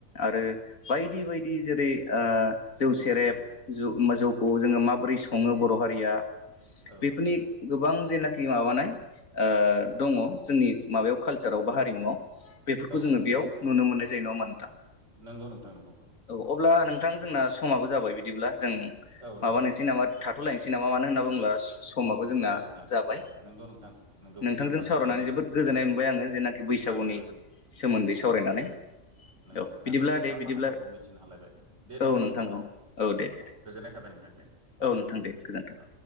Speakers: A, on the left; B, on the right.
A: आरो बायदि बायदि जेरै ओ जौ
B: नंगौ
A: सेरेब
B: नोंथां नंगौ
A: जौ जौखौ जोङो माबोरै सङो बर हारिया
B: औ
A: बेफोरनि
B: नोंथां
A: गोबां जेनाखि माबानाय आ दङ जोंनि माबायाव कालसाराव बा हारिमुवआव बेफोरखौ
B: औ
A: जोङो
B: नोंथां
A: बेयाव नुनो मोननाय जायो नङा होनबा नोंथां।
B: नंगौ नोंथां नोंगौ।
A: औ अब्ला नोंथां जोंना समाबो जाबाय बिदिब्ला जों
B: औ नोंथां
A: माबानोसै नामा। थाथ लायनोसै नामा मानो होनना बुंब्ला स समाबो जोंना
B: औ नोंथां
A: जाबाय
B: नंगौ नोंथां नंगौ
A: नोंथांजों
B: समा
A: सावरायनानै
B: जाबाय नै
A: जोबोद गोजोननाय मोनबाय आङो। जेनाखि बैसागुनि
B: आंबो
A: सोमोन्दै सावरायनानै
B: नोंगौ
A: औ
B: नोंथां
A: बिदिब्ला
B: गोबां
A: दे बिदिब्ला
B: बाथ्राफोरखौ मिथिनो हालायबाय दे
A: औ
B: नोंथां बिदिब्ला
A: औ दे
B: औ
A: दे
B: औ
A: दे
B: गोजोननाय थाबाय नोंथां दे।
A: औ नोंथां दे गोजोन्थों।
B: औ